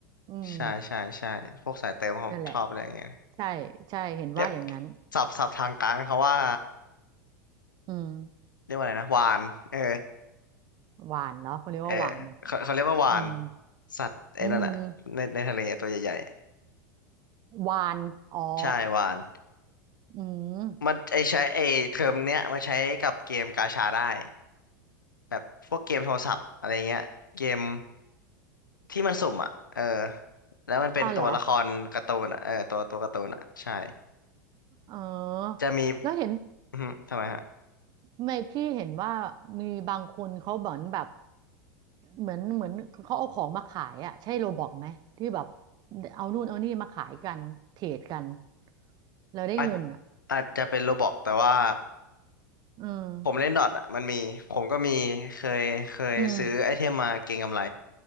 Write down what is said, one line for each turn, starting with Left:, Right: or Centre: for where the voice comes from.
Right: อืม
Left: ใช่ใช่ใช่พวกสายเติมเขาชอบอะไรอย่างเงี้ย
Right: นั่นแหละ ใช่ใช่เห็นว่าอย่างนั้น
Left: เรียกศัพท์ศัพท์ทางการเขาว่า
Right: อืม
Left: เรียกว่าอะไรนะวานเออ
Right: หวานเหรอเขาเรียกว่าหวานเหรอ
Left: เออเขาเขาเรียกว่าวาน
Right: อืม
Left: สัตว์ไอ้นั่นแหละในในทะเลตัวใหญ่
Right: อืมหวาน อ๋อ
Left: ๆใช่วาน
Right: อืม
Left: มันไอใช้ไอเทอมเนี้ยมันใช้กับเกมกาชาได้แบบพวกเกมโทรศัพท์อะไรเงี้ยเกมที่มันสุ่มอ่ะเออแล้วมันเป็นตัวละครการ์ตูนอะเออตัวตัวการ์ตูนอ่ะใช่
Right: อ้าวเหรอเออแล้วเห็น
Left: จะมีอือฮึทำไมฮะ
Right: ไม่พี่เห็นว่ามีบางคนเขาเหมือนแบบเหมือนเหมือนเขาเอาของมาขายอ่ะใช่โรบอกไหม ที่แบบเอานู่นเอานี่มาขายกัน เทรดกันแล้วได้เงินอ่ะ
Left: อาจอาจจะเป็นโรบอกแต่ว่า
Right: อืม
Left: ผมเล่นดอทอ่ะมันมีผมก็มีเคยเคยซื้อไอเทมมาเก็งกำไร
Right: อืม